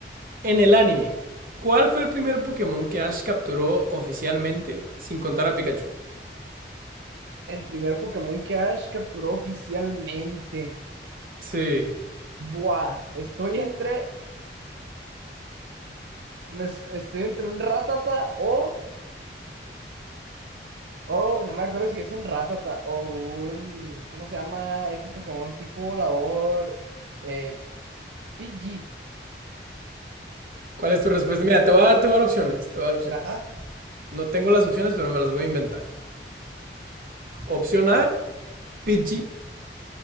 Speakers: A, on the right (about 50°); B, on the right (about 75°).
A: En el anime, ¿cuál fue el primer Pokémon que Ash capturó oficialmente sin contar a Pikachu?
B: El primer Pokémon que Ash capturó oficialmente.
A: Sí.
B: Buah, estoy entre, me s- estoy entre un Ratata o, o, no me acuerdo si es un Ratata o un, ¿cómo se llama este Pokémon tipo volador? Eh, PG.
A: ¿Cuál es tu respuesta? Mira, te voy a dar, te voy a dar opciones. Te voy a dar opciones.
B: Ajá,
A: No tengo las opciones, pero me las voy a inventar. Opción A, Pidgey.